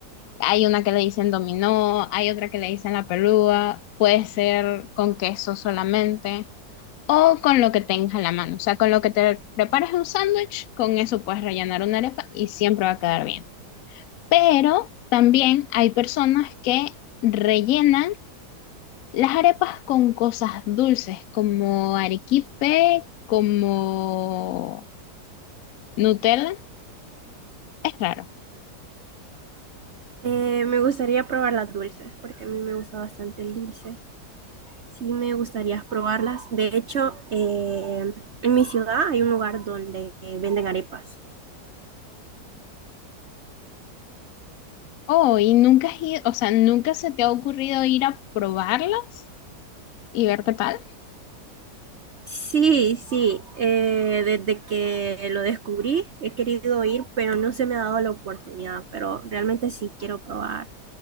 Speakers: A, on the left (about 70°); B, on the right (about 45°).
A: hay una que le dicen dominó, hay otra que le dicen la pelúa, puede ser con queso solamente. O con lo que tengas a la mano. O sea, con lo que te prepares un sándwich, con eso puedes rellenar una arepa y siempre va a quedar bien. Pero también hay personas que rellenan las arepas con cosas dulces, como arequipe, como Nutella. Es raro.
B: Eh, me gustaría probar las dulces, porque a mí me gusta bastante el dulce. Sí me gustaría probarlas. De hecho, eh, en mi ciudad hay un lugar donde eh, venden arepas.
A: Oh, y nunca has ido- o sea, nunca se te ha ocurrido ir a probarlas y ver qué tal.
B: Sí, sí, eh, desde que lo descubrí he querido ir, pero no se me ha dado la oportunidad, pero realmente sí quiero probar